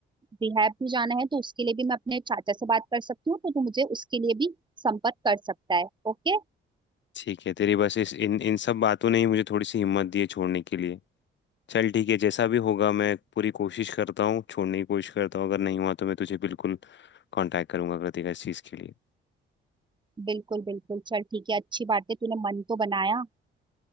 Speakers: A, on the right (about 25°); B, on the left (about 65°).
A: रिहैब भी जाना है तो उसके लिए भी मैं अपने चाचा से बात कर सकती हूँ तो तू मुझे उसके लिए भी संपर्क कर सकता है ओके
B: ठीक है तेरी बस इस इन इन सब बातों ने ही मुझे थोड़ी सी हिम्मत दी है छोड़ने के लिए चल ठीक है जैसा भी होगा मैं पूरी कोशिश करता हूँ छोड़ने की कोशिश करता हूँ अगर नहीं हुआ तो मैं तुझे बिल्कुल कांटेक्ट करूंगा कृतिका इस चीज़ के लिए
A: बिल्कुल बिल्कुल चल ठीक है अच्छी बात है तूने मन तो बनाया